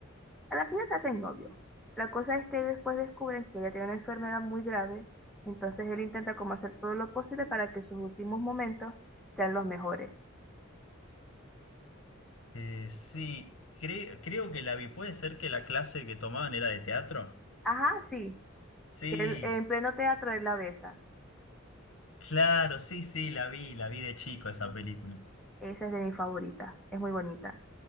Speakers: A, in the centre; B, on the left.
A: A la final se hacen novios. La cosa es que después descubren que ella tiene una enfermedad muy grave, entonces él intenta como hacer todo lo posible para que sus últimos momentos sean los mejores.
B: Eh, sí, cre- creo que la vi. ¿Puede ser que la clase que tomaban era de teatro?
A: Ajá, sí,
B: Sí,
A: que él- en pleno teatro él la besa.
B: claro, sí, sí, la vi, la vi de chico esa película.
A: Esa es de mi favorita, es muy bonita.